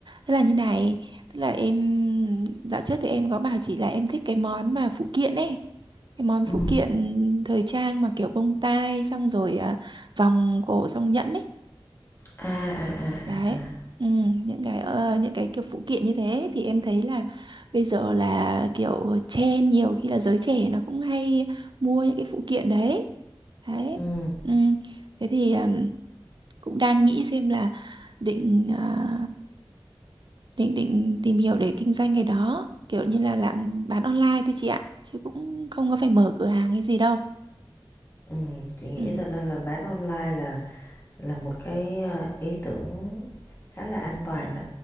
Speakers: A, on the right (about 55°); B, on the left (about 30°).
A: Thế là như này, tức là em dạo trước thì em có bảo chị là em thích cái món mà phụ kiện ấy. Cái món
B: Ừ.
A: phụ kiện thời trang mà kiểu bông tai xong rồi à, vòng cổ xong nhẫn ấy.
B: À à à à.
A: Đấy.
B: à.
A: Ừ, những cái ờ, những cái kiểu phụ kiện như thế thì em thấy là bây giờ là kiểu trend nhiều khi là giới trẻ nó cũng hay mua những cái phụ kiện đấy. Đấy.
B: Ừ.
A: Ừ. Thế thì ừm, cũng đang nghĩ xem là định à, định định tìm hiểu để kinh doanh cái đó kiểu như là làm bán online thôi chị ạ chứ cũng không có phải mở cửa hàng hay gì đâu
B: Ừ, chị nghĩ
A: ừ.
B: thật ra là bán online là là một cái à, ý tưởng khá là an toàn đó.